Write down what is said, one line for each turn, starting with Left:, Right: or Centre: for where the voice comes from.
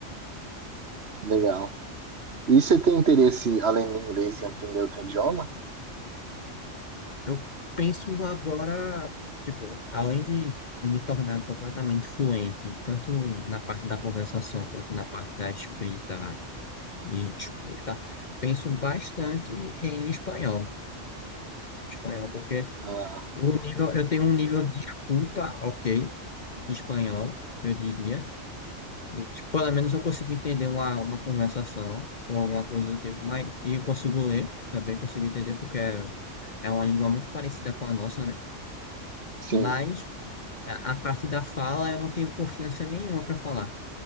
Right: legal. E você tem interesse, além do inglês, em aprender outro idioma?
Left: Eu penso agora, tipo, além de me tornar completamente fluente, tanto na parte da conversação quanto na parte da escrita, e escuta, penso bastante em espanhol. Espanhol, porque
Right: Ah,
Left: o nível, eu tenho um nível de escuta, ok, de espanhol, eu diria. E, tipo, pelo menos eu consigo entender uma, uma conversação ou alguma coisa do tipo, mas e consigo ler, também consigo entender, porque é, é uma língua muito parecida com a nossa, né?
Right: sim.
Left: Mas a, a parte da fala eu não tenho confiança nenhuma para falar.